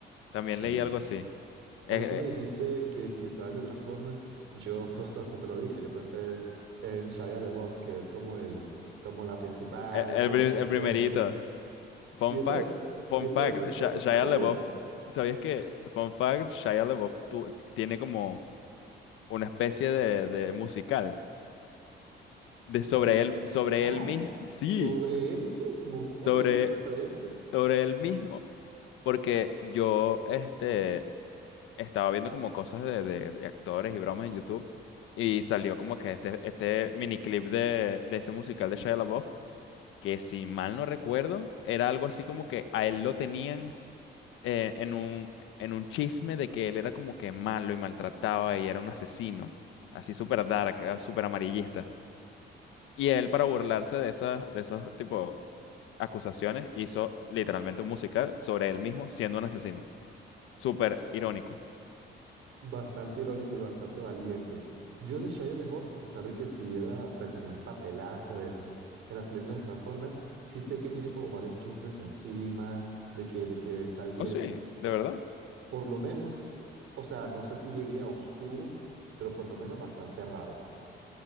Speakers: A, on the left; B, on the right.
A: También
B: Sí.
A: leí algo así.
B: Cuando
A: Eh,
B: tú me dijiste que, que estaba el de Transformer, yo pues hasta te lo dije, yo pensé en Shia LaBeouf, que es como el, como la principal
A: eh, El,
B: cara
A: pri-
B: de Transformer.
A: el primerito. Fun
B: Y esa,
A: fact, fun
B: y esa
A: fact,
B: de Transformer.
A: Sha- Shia
B: Ah, bueno,
A: LaBeouf,
B: dime,
A: ¿sabías que, fun fact, Shia LaBeouf tu- ti- tiene como una especie de, de musical de
B: de
A: sobre
B: musical,
A: él, sobre él mismo, sí,
B: sobre
A: s-
B: él mismo, ¿cómo
A: sobre,
B: te diste cuenta de eso?
A: sobre él mismo, porque yo, este, estaba viendo como cosas de, de- de actores y bromas en YouTube y salió como que este, este miniclip de, de ese musical de Shia LaBeouf, que si mal no recuerdo, era algo así como que a él lo tenían eh, en un, en un chisme de que él era como que malo y maltrataba y era un asesino, así súper dark, eh, súper amarillista. Y él, para burlarse de esas, de esos tipo acusaciones, hizo literalmente un musical sobre él mismo siendo un asesino. Súper irónico.
B: Bastante irónico y bastante valiente. Yo de Shia LaBeouf, a pesar de que sí era, pues tenía un papelazo en, en las películas de Transformer, sí sé que tiene como varios chismes encima de que, de que es alguien
A: Oh, sí, de verdad.
B: Por lo menos, o sea, no sé si llegué a oscuro, pero por lo menos bastante raro.